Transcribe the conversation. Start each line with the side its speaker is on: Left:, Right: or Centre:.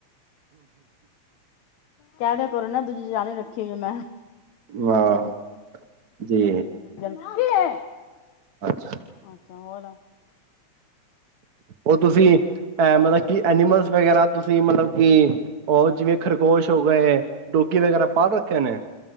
Left: ਕਹਿ ਦਿਆ ਕਰੋ ਨਾ ਦੂਜੀ ਜਾਣੀ ਰੱਖੀ ਹੋਈ ਹੈ ਮੈਂ
Right: ਵਾਂ ਜੀ
Left: ਕੀ ਹੈ
Right: ਅੱਛਾ
Left: ਅੱਛਾ ਹੋਰ <unintelligible>
Right: ਉਹ ਤੁਸੀਂ ਅਹ ਮਤਲਬ ਕਿ ਐਨੀਮਲਸ ਵਗੈਰਾ ਤੁਸੀਂ ਮਤਲਬ ਕਿ ਉਹ ਜਿਵੇਂ ਖਰਗੋਸ਼ ਹੋ ਗਏ, ਡੋਗੀ ਵਗੈਰਾ ਪਾਲ ਰੱਖੇ ਨੇ?